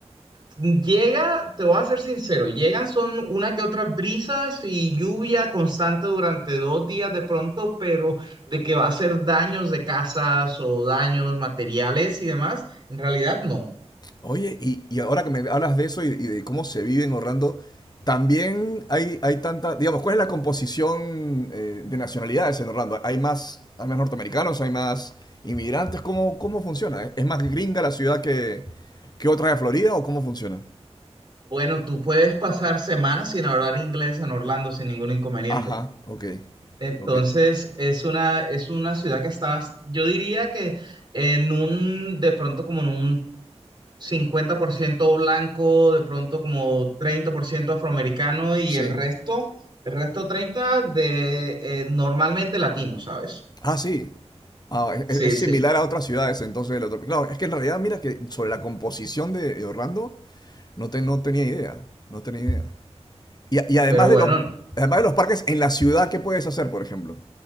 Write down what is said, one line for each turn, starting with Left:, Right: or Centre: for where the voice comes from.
Right: Llega, te voy a ser sincero, llegan son una que otras brisas y lluvia constante durante dos días de pronto, pero de que va a hacer daños de casas o daños materiales y demás, en realidad no.
Left: Oye, y, y ahora que me hablas de eso y, y de cómo se vive en Orlando, también hay, hay tanta, digamos, ¿cuál es la composición eh, de nacionalidades en Orlando? ¿Hay más, hay más norteamericanos, hay más inmigrantes? ¿Cómo, cómo funciona? ¿Es más gringa la ciudad que, que otra de Florida o cómo funciona?
Right: Bueno, tú puedes pasar semanas sin hablar inglés en Orlando sin ningún inconveniente.
Left: Ajá, ok,
Right: Entonces,
Left: ok,
Right: es una, es una ciudad que está, bas- yo diría que en un, de pronto como en un 50% blanco, de pronto como 30% afroamericano y
Left: sí.
Right: el resto, el resto 30 de eh, normalmente latino, ¿sabes?
Left: Ah, sí. Ah, es,
Right: Sí,
Left: es- es
Right: sí.
Left: similar a otras ciudades, entonces. de la otra- Claro, es que en realidad, mira que sobre la composición de, de Orlando, no, te, no tenía idea, no tenía idea. Y, y además
Right: Pero bueno,
Left: de los, además de los parques, en la ciudad, ¿qué puedes hacer, por ejemplo?